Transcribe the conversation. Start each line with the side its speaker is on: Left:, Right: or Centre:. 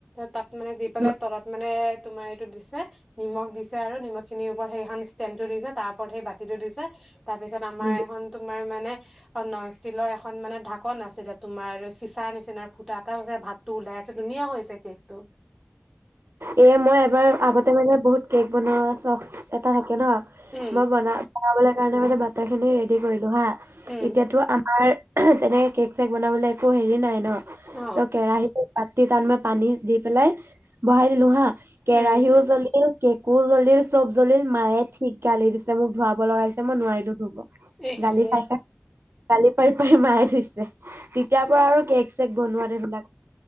Centre: তাত মানে দি পেলাই
Right: উম
Centre: তলত মানে তোমাৰ এইটো দিছে নিমখ দিছে আৰু নিমখিনিৰ ওপৰত সেইখন ষ্টেণ্ডটো দিছে তাৰ ওপৰত সেই বাতিটো দিছে তাৰপিছত আমাৰ
Right: উম
Centre: এখন তোমাৰ মানে অ ন িলৰ এখন মানে ঢাকন আছিলে তোমাৰ চিচাৰ নিচিনা ফুটা এটা হৈছে ভাতটো ওলাই আছে ধুনীয়া হৈছে কেকটো
Right: এ মই এবাৰ আগতে মানে বহুত কেক বনোৱা চখ এটা থাকে ন
Centre: উম
Right: মই বনা বনাবলে সেই কাৰণে মানে বটাৰ ৰেডিঅ' কৰি হা
Centre: উম
Right: এতিয়াতো আম ত তেনেকে কেক চেক বনাবলৈ একো হেৰি নাই ন
Centre: অ
Right: ত কেৰাহী পতি তান মই পানী দি পেলাই বহাই দিলো হা কেৰাহিও
Centre: উম
Right: জ্বলিল কেকো জ্বলিল চব জ্বলিল মায়ে ঠিক গালি দিছে মোক ধুৱাব লগাই দিছে মই নোৱাৰিলো ধুব
Centre: এহে
Right: গালি পাছেই গালি পাৰি পাৰি মায়ে ধুইছে তেতিয়াৰ পৰা আৰু কেক চেক বনোৱাত সেইবিলাক